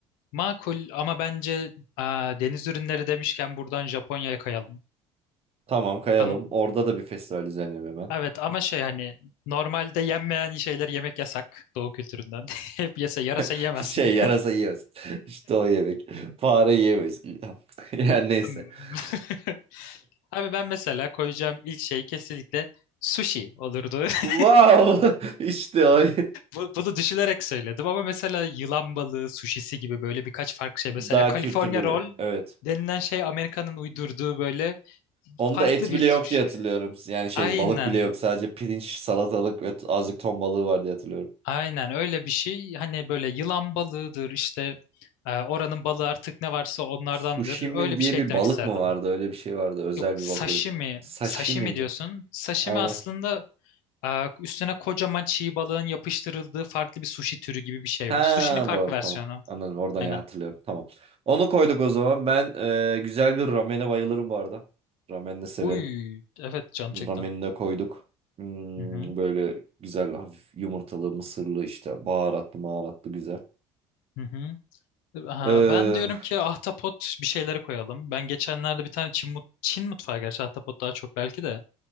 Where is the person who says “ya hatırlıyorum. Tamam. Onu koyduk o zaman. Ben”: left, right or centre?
Right